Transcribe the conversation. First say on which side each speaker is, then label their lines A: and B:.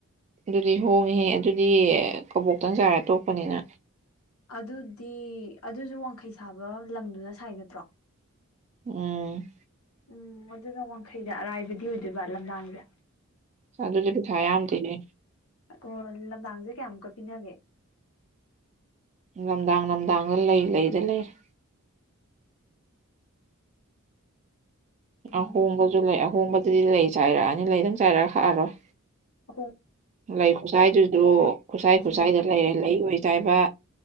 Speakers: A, on the right; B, on the left.
A: ꯑꯗꯨꯗꯤ ꯍꯣꯡꯉꯤꯍꯦ ꯑꯗꯨꯗꯤ ꯀꯕꯣꯛꯇꯪ ꯆꯥꯏꯔ ꯇꯣꯛꯄꯅꯤꯅ
B: ꯑꯗꯨꯗꯤ ꯑꯗꯨꯁꯨ ꯋꯥꯡꯈꯩ ꯁꯥꯕ ꯂꯪꯗꯨꯅ ꯁꯥꯏ ꯅꯠꯇ꯭ꯔꯣ?
A: ꯎꯝ
B: ꯎꯝ ꯑꯗꯨꯅ ꯋꯥꯡꯈꯩꯗ ꯑꯔꯥꯏꯕꯗꯤ ꯑꯣꯗꯨꯏꯕ ꯂꯝꯗꯥꯡꯖꯦ꯫
A: ꯑꯗꯨꯗꯤ ꯄꯤꯊꯥ ꯌꯥꯝꯗꯦꯍꯦ꯫
B: ꯑꯣ ꯂꯝꯗꯥꯡꯁꯦ ꯀꯌꯥꯃꯨꯛꯀ ꯄꯤꯅꯒꯦ?
A: ꯂꯝꯗꯥꯡ ꯂꯝꯗꯥꯡꯗ ꯂꯩ ꯂꯩꯗ ꯂꯩꯔ
B: ꯎꯝ
A: ꯑꯍꯣꯡꯕꯁꯨ ꯂꯩ ꯑꯍꯣꯡꯕꯗꯗꯤ ꯂꯩ ꯆꯥꯏꯔꯛꯑꯅꯤ ꯂꯩ ꯗꯨꯝ ꯆꯥꯏꯔ ꯍꯛꯑꯔꯣꯏ꯫
B: <unintelligible>
A: ꯂꯩ ꯈꯨꯁꯥꯏꯗꯨꯖꯨ ꯈꯨꯁꯥꯏ ꯈꯨꯁꯥꯏꯗ
B: ꯂꯩꯕ
A: ꯂꯩꯔꯦ ꯂꯩ ꯑꯣꯏ ꯆꯥꯏꯕ